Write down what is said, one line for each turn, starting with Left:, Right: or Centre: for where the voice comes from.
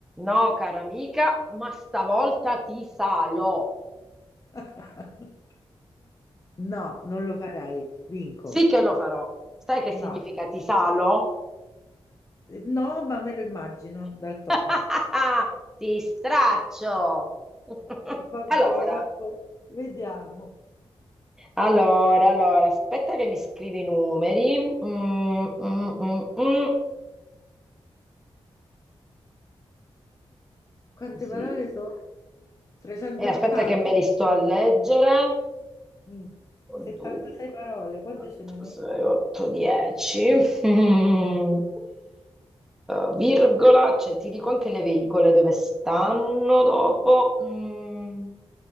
Centre: No, cara amica, ma stavolta ti salo.
Left: <laughs> No, non lo farei, vinco.
Centre: Sì che lo farò. Sai che
Left: No,
Centre: significa ti salo?
Left: no, ma me lo immagino dal tono.
Centre: <laughs> Ti straccio. <laughs>
Left: Vabbè,
Centre: Allora,
Left: vabbè, vediamo.
Centre: allora, allora, aspetta che mi scrivi i numeri. Mm, mm, mm, mm.
Left: Quante
Centre: Così.
Left: parole sono? 380,
Centre: E aspetta che me li sto a leggere.
Left: Mm,
Centre: Dunque,
Left: 76 parole, quante
Centre: 4,
Left: ce ne hai messe?
Centre: 6, 8, 10. Mm. Eh, virgola, cioè ti dico anche le virgole dove stanno dopo. Mm.